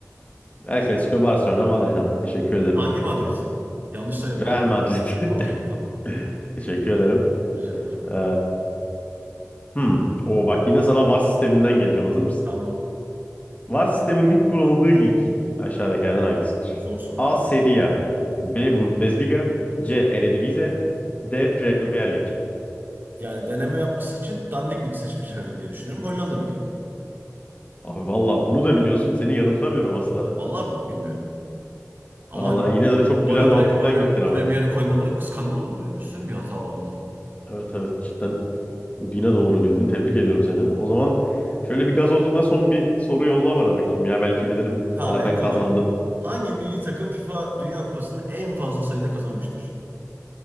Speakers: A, on the left; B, on the right.
A: El Clasico Barcelona Madrid abi. Teşekkür ederim.
B: Hangi Madrid? Yanlış sayarım.
A: Real Madrid. <laughs>
B: Okey tamam.
A: Teşekkür ederim.
B: Rica ederim.
A: Ee, hmm. O bak yine sana VAR sisteminden geleceğim. Hazır mısın?
B: Tamam.
A: VAR sisteminin ilk kurulduğu lig aşağıdakilerden hangisidir?
B: Zor soru.
A: A. Serie A B. Bundesliga C. Eredivisie D. Premier Lig
B: Yani deneme yapması için Dandik Lig seçmişler diye düşünüyorum. Hollanda Ligi.
A: Abi valla bunu da biliyorsun. Seni yanıltamıyorum asla.
B: Vallahi bilmiyorum. Ama
A: Valla
B: hani
A: yine de çok
B: bu
A: güzel
B: arada
A: mantıktan
B: direkt böyle
A: gittin ama.
B: Premier'e koymaları skandal olur yani. Düşünsene bir hata olduğunda falan.
A: Evet evet cidden yine doğru bildin. Tebrik ediyorum seni. O zaman şöyle bir gazozuna son bir soru yolla bana bakayım ya. Belki bilirim.
B: Tamam
A: Zaten
B: en kolayı.
A: kazandın.
B: Hangi milli takım FIFA Dünya Kupası'nı en fazla sayıda kazanmıştır?